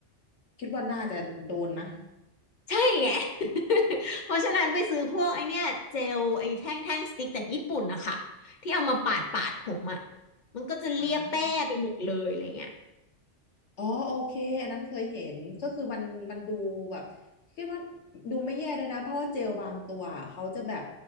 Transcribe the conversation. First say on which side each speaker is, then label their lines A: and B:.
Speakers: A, on the left (about 70°); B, on the left (about 45°).
A: คิดว่าน่าจะโดนนะ
B: ใช่ไง <laughs> เพราะฉะนั้นไปซื้อพวกไอเนี้ยเจลไอแท่งแท่งสติ๊กจากญี่ปุ่นนะคะที่เอามาปาดปาดผมอ่ะมันก็จะเลียแป้ไปหมดเลยอะไรเงี้ย
A: อ่า อ๋อโอเคอันนั้นเคยเห็นก็คือมันมันดูแบบคิดว่าดูไม่แย่ด้วยนะเพราะว่าเจลบางตัวเขาจะแบบ